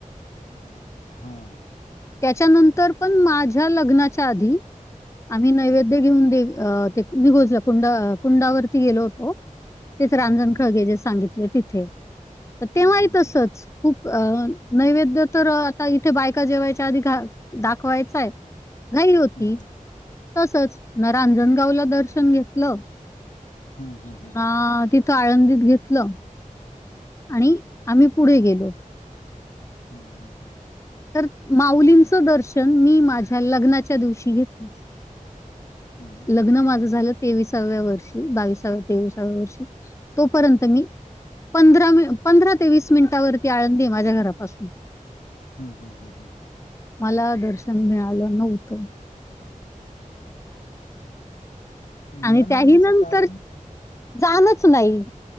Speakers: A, on the left; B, on the left.
A: हम हा,
B: त्याच्यानंतर पण माझ्या लग्नाच्या आधी. आम्ही नैवेद्य घेऊन देवी ते निघोजलं कुंडा कुंडावरती गेलो होतो. तेच रांजण
A: हम्म हाँ
B: खळगे जे सांगितले तिथे तर तेव्हाही
A: हम्म हम्म हम्म
B: तसच खूप अ''--'' नैवेद्य तर आता इथे बायका जेवायच्या आधी घा दाखवायचा हाय. घाई होती
A: हम्म
B: तसच ना रांजणगाव ला दर्शन घेतलं.
A: हम्म हम्म, हम्म हम्म
B: ना तिथं आळंदीत घेतलं. आणि आम्ही पुढे गेलो.
A: हा हा हा
B: तर माऊलींचं दर्शन मी माझ्या लग्नाच्या दिवशी घेतलं
A: हम्म ह
B: लग्न माझं झालं तेवीसाव्या वर्षी बावीसाव्या, तेविसाव्या वर्षी तोपर्यंत मी पंधरा मी पंधरा ते वीस मिनिटावरती आळंदी माझ्या घरापासून
A: हम्म हम्म हम्म
B: मला दर्शन मिळालं नव्हतं. आणि
A: न
B: त्याही
A: मिळण्याचं
B: नंतर
A: कारण
B: जाणच नाही.